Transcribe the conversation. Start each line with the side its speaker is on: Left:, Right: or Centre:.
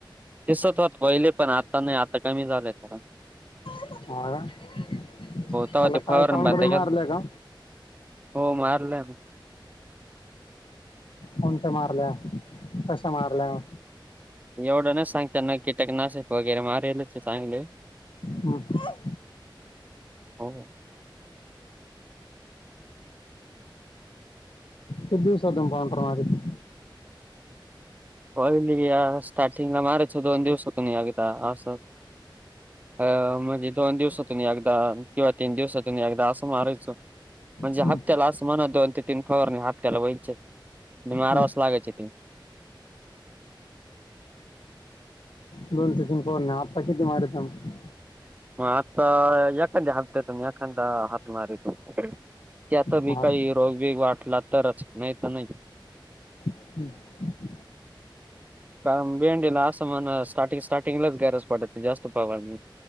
Right: दिसत होत पहिले पण आता नाही आता कमी झाले खर
Left: आ त्याला
Right: तवा ते
Left: काय
Right: फवारणी
Left: पावडर
Right: बंद केल
Left: मारल्या का?
Right: हो मारलंय ना.
Left: कोणत्या मारल्या कशा मारल्या?
Right: एवढं नाही सांगता येणार कीटक नाशक वगैरे मारेलच हाय चांगले.
Left: हम
Right: हो
Left: ते दिवसादं पाउंटर मारितो.
Right: होइल या स्टार्टिंग ला मारायच दोन दिवस त नाही आगित असत. अ म्हणजे दोन दिवसातून एकदा किंवा तीन दिवसातूनही एकदा असं मारायचं. म्हणजे
Left: हम्म.
Right: हप्त्याला असं म्हणत दोन ते तीन फवार हप्त्याला व्हायचे म्हनजे माराव्याच
Left: हम्म.
Right: लागायचे ते.
Left: दोन ते तीन फवार नाही आत्ता किती मारीता मग?
Right: म आता येकांद्या हप्त्यातून येकांदा हात मारीतो. त्यात बी
Left: हा
Right: काही
Left: हम्म.
Right: रोगबीग वाटला तरच नाही तर नाही.
Left: हम्म
Right: कारण भेंडीला असं म्हण स्टार्टिंग स्टार्टिंगलाच गरज पडते जास्त फवारणी